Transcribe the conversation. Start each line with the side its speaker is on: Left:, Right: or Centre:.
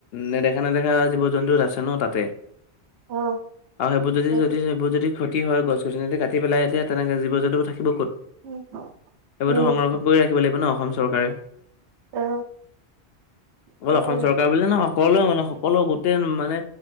Left: নেদেখা, নেদেখা জীৱ জন্তু আছে ন তাতে।
Right: অ
Left: আৰু সেইবোৰ যদি,
Right: সেইটোৱে
Left: যদি সেইবোৰ যদি ক্ষতি হয় গছ- গছনি যদি কাটি পেলাই এতিয়া তেন্তে জীৱ জন্তুবোৰ থাকিব ক'ত।
Right: উম।
Left: সেই
Right: উম
Left: বোৰটো সংৰক্ষণ কৰি ৰাখিব লাগিব ন অসম চৰকাৰে।
Right: অ
Left: অকল
Right: সেইটোৱে
Left: অসম চৰকাৰক। কৰিলে নহয় সকলোৱে মানে সকলো গোটেই মানে